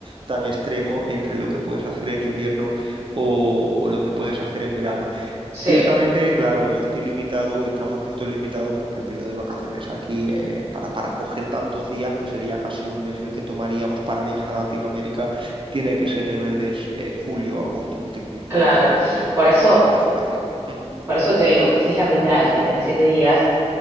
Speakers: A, on the right; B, on the right.
A: tan extremo entre lo que puedes hacer en invierno o, o lo que puedes hacer en verano.
B: Sí,
A: Ciertamente, claro, yo estoy limitado, estamos nosotros limitados porque el periodo de vacaciones aquí, eh, para, para coger tantos días, que sería casi un mes el que tomaríamos para viajar a Latinoamérica, tiene que ser en el mes de eh, julio o agosto, tipo, simplemente
B: claro.
A: por, por, por
B: Por
A: temas
B: eso,
A: de planificación. Ujú.
B: por eso te digo que si es la primera vez y tenés siete días,